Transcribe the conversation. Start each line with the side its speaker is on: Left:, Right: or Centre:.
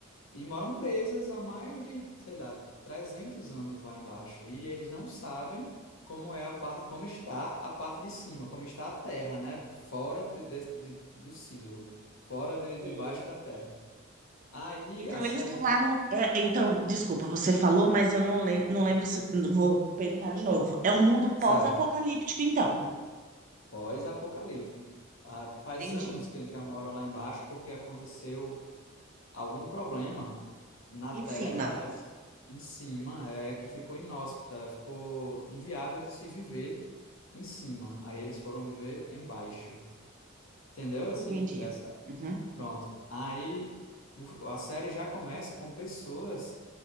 Left: E moram presas há mais de, sei lá, 300 anos lá embaixo. E eles não sabem como é a parte, como está a parte de cima, como está a terra, né? Fora do, de- de- do silo, fora de, debaixo
Right: Sei.
Left: da terra. Aí
Right: Então
Left: a série
Right: eles estão
Left: já.
Right: lá no. É, então, desculpa, você falou, mas eu não, lem... não lembro se. Vou perguntar de novo. É um mundo pós-apocalíptico,
Left: Certo.
Right: então.
Left: Pós-apocalíptico. Ah, faz
Right: Entendi.
Left: anos que eles já moram lá embaixo porque aconteceu algum problema na
Right: Em
Left: terra
Right: cima.
Left: em cima, é que ficou inóspita, ficou inviável de se viver em cima. Aí eles foram viver embaixo. Entendeu? Assim,
Right: Entendi.
Left: essa-
Right: Uhum.
Left: pronto. Aí o- a série já começa com pessoas